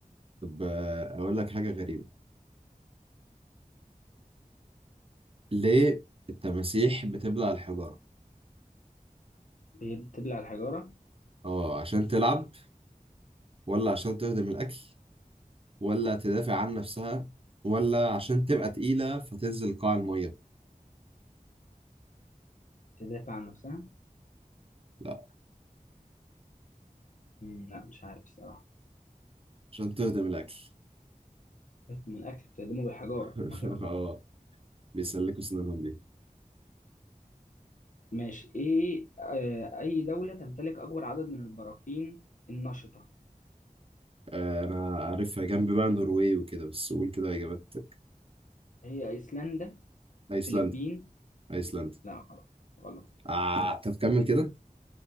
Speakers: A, on the right (about 40°); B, on the left (about 60°).
A: طب آه، اقول لك حاجه غريبه ليه التماسيح بتبلع الحجاره
B: هي بتبلع الحجارة
A: اه عشان تلعب ولا عشان تهضم الاكل ولا تدافع عن نفسها ولا عشان تبقى تقيله فتنزل قاع الميه
B: تدافع عن نفسها
A: لا
B: مم. لا مش عارف الصراحة
A: عشان تهضم الاكل
B: تهضم الأكل بتهدمه بالحجارة
A: <laughs>
B: ما شاء الله
A: اه بيسلكوا سنانهم دي
B: ماشي إيه آه أي دولة تمتلك أكبر عدد من البراكين النشطة
A: آه، انا عارفها جنب بقى النرويج وكده بس قول كده اجابات
B: هي أيسلندا
A: ايسلندا
B: الفلبين
A: ايسلندا
B: لا غلط غلط
A: آه طب كمل كده